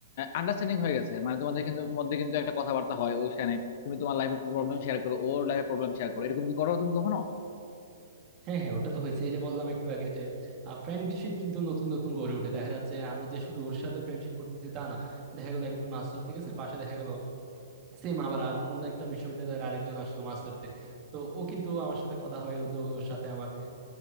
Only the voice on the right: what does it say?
হ্যাঁ হ্যাঁ ওটা তো হয়েছে এই যে বললাম একটু আগে যে ফ্রেন্ডশিপ কিন্তু নতুন নতুন গড়ে উঠে দেখা যাচ্ছে আমি যে শুধু ওর সাথে ফ্রেন্ডশিপ করতেছি তা না দেখা গেলো একদিন মাছ ধরতে গেছে পাশে দেখা গেল সেম আবার আর অন্য একটা বিশ্ববিদ্যালয়ের আরেকজন আসলো মাছ ধরতে তো ও কিন্তু আমার সাথে কথা হয় ওদের- ওর সাথে আমার